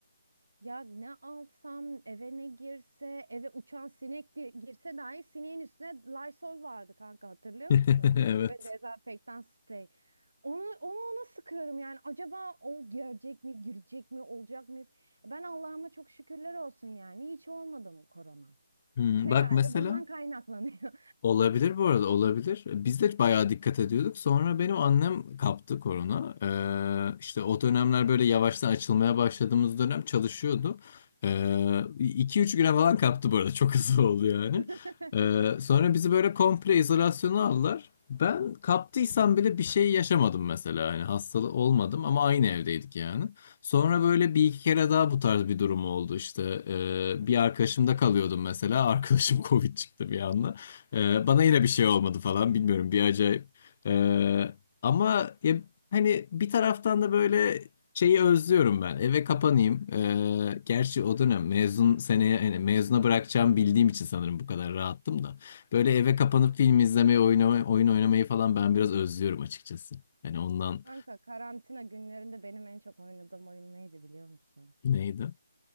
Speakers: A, on the right (about 80°); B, on the left (about 30°).
A: Ya ne alsam eve ne girse eve uçan sinek gi- girse dahi sineğin üstüne Lysol vardı kanka hatırlıyor
B: <laughs>
A: musun?
B: Evet.
A: Böyle dezenfektan sprey. Onu, onu ona sıkıyorum yani acaba o gelecek mi girecek mi olacak mıyız? Ben Allah'ıma çok şükürler olsun yani hiç olmadı mı korona?
B: Hmm,
A: Herhalde
B: bak mesela.
A: bundan kaynaklanıyor.
B: Olabilir bu arada olabilir. Biz de bayağı dikkat ediyorduk. Sonra benim annem kaptı korona. Ee, işte o dönemler böyle yavaştan açılmaya başladığımız dönem çalışıyordu. Ee, 2-3 güne falan kaptı bu arada. Çok hızlı <laughs> oldu yani.
A: <laughs>
B: Ee, sonra bizi böyle komple izolasyona aldılar. Ben kaptıysam bile bir şey yaşamadım mesela. Yani hastalı olmadım ama aynı evdeydik yani. Sonra böyle bir iki kere daha bu tarz bir durum oldu işte. Ee, bir arkadaşımda kalıyordum mesela. Arkadaşım <laughs> Covid çıktı bir anda. Ee, bana yine bir şey olmadı falan bilmiyorum bir acayip. Ee, ama ya, hani bir taraftan da böyle şeyi özlüyorum ben. Eve kapanayım. Ee, gerçi o dönem mezun seneye hani mezuna bırakacağım bildiğim için sanırım bu kadar rahattım da. Böyle eve kapanıp film izlemeyi, oynamayı, oyun oynamayı falan ben biraz özlüyorum açıkçası. Yani ondan
A: Kanka karantina günlerinde benim en çok oynadığım oyun neydi biliyor musun?
B: neydi?